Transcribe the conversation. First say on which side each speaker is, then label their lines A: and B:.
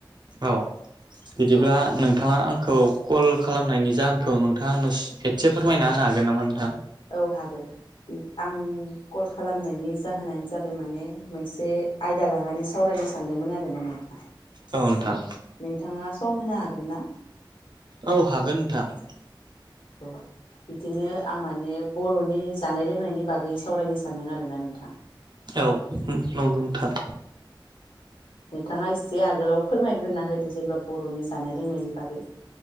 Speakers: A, on the right; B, on the left.
A: औ बिदिब्ला
B: औ
A: नों थाङा आंखौ कल खालामनायनि जाहोनखौ नोंथाङा आंनो एसे फोरमायना होनो हागोन नामा नोंथां
B: औ हागोन आं कल खालामनायनि जाहोनानो जाबाय माने मोनसे आयदा लानानै सावरायनो सानदोंमोन आरो ना नोंथां।
A: औ नोंथां
B: नोंथाङा सम होनो हागो हागोनना
A: औ हागोन नोंथां
B: औ बिदिनो आं माने बर'नि जानाय लोंनायनि बागै सावरायनो सानदों आरोना नोंथां
A: औ नंगौ नोंथां
B: औ नोंथाङा एसे आगोलाव फोरमायग्रोना होदो जेनेब्ला बर'नि जानाय लोंनायनि बागै